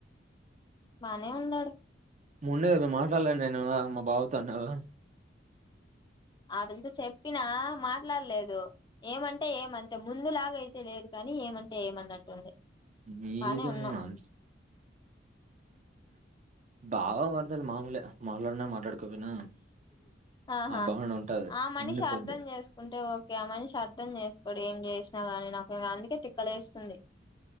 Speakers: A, on the left; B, on the right.
A: బానే ఉన్నాడు
B: మొన్నేగా మాట్లాడలే నేను మా బావతో అన్నావు
A: ఆ వింత చెప్పినా మాట్లాడ్లేదు ఏమంటే ఏం అంతే ముందులాగ అయితే లేదు కా కనీ ఏమంటే ఏమన్నట్టుంది
B: మీరు
A: బానే ఉన్నాం
B: మాన్స్ బావ వరదలు మాముూలే మాట్లాడినా మాట్లాడుకోపోయినా
A: ఆహా
B: ఆ బాండ్ ఉంటది
A: ఆ మనిషి
B: ఉండిపోద్ది
A: అర్థం చేసుకుంటే ఓకే ఆ మనిషి అర్థం చేసుకోడు ఏం చేసు నాగాని నాకు అందుకే తిక్కలేస్తుంది